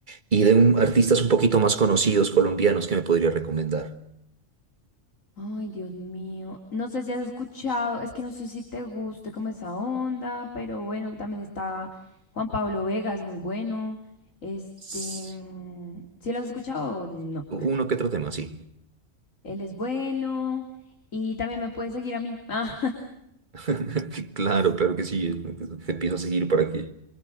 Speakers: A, on the right; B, on the left.
A: Y de un- artistas un poquito más conocidos colombianos que me podría recomendar.
B: Ay, Dios mío. No sé si has escuchado, es que no sé si te guste como esa onda, pero bueno, también está Juan Pablo Vega, es muy bueno. Este,
A: Sí,
B: mm, ¿sí lo has escuchado o no?
A: uno que otro tema, sí.
B: Él es bueno y también me puede seguir a mí. <laughs> Ah,
A: <laughs> Claro, claro que sí. Te empiezo a seguir para que,